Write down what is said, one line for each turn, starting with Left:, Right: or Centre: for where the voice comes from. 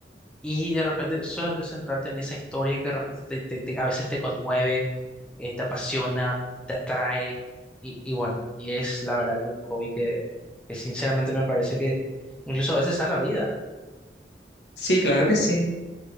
Centre: y de repente solamente centrarte en esa historia que de repente te- te- te- a veces te conmueve, eh, te apasiona, te atrae y, y bueno, y es la verdad que un hobby que, que sinceramente me parece que incluso a veces salva vidas, ¿eh?
Left: Sí, claro que sí.